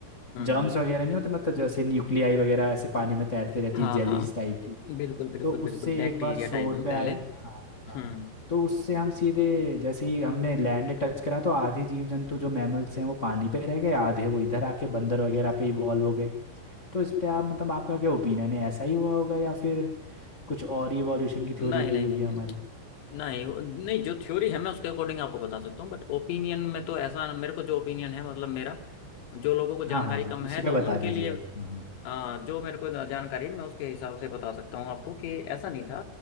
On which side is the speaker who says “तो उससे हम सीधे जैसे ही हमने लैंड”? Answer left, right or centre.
Left